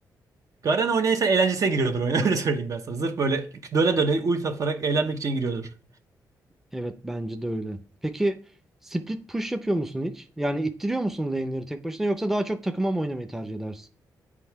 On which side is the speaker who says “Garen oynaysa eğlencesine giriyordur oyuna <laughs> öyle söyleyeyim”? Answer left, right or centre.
Right